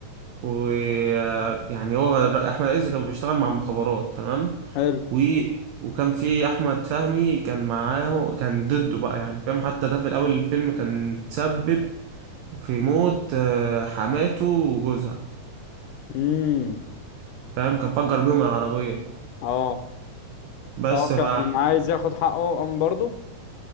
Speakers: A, on the right (about 70°); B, on the left (about 80°).
A: ويعني هو احمد عز كان بيشتغل مع المخابرات تمام
B: حلو
A: و... وكان في احمد فهمي كان معاه كان ضده بقى يعني فاهم حتى ده في الاول الفيلم كان تسبب في موت آه، حماته وجوزها
B: امم
A: فاهم كان فجر بيهم العربية
B: اه
A: بس
B: هو كان
A: ف
B: عايز ياخد حقه قام برضه